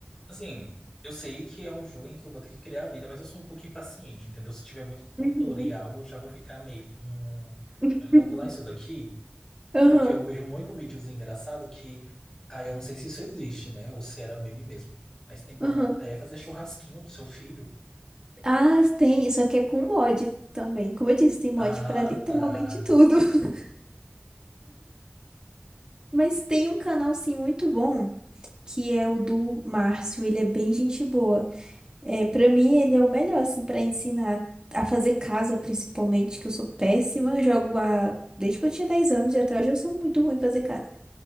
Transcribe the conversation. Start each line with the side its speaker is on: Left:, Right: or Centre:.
Left: Assim, eu sei que é um jogo em que eu vou ter que criar a vida, mas eu sou um pouco impaciente, entendeu? Se tiver muito tutorial,
Right: uhum.
Left: eu já vou ficar meio. Hum,
Right: <laughs>
Left: acho que eu vou pular isso daqui,
Right: Aham,
Left: porque eu vejo muito videozinho engraçado que. Ah, eu não sei se isso existe, né? Ou se era meme mesmo. Mas tem como
Right: aham.
Left: até fazer churrasquinho do seu filho.
Right: Ah, tem, só que é com mod também. Como eu disse, tem mod
Left: Ah,
Right: pra literalmente
Left: tá.
Right: tudo. <laughs> Mas tem um canal, sim, muito bom, que é o do Márcio. Ele é bem gente boa. É, para mim ele é o melhor assim para ensinar a fazer casa, principalmente, que eu sou péssima, jogo há desde que eu tinha 10 anos e até hoje eu sou muito ruim em fazer casa.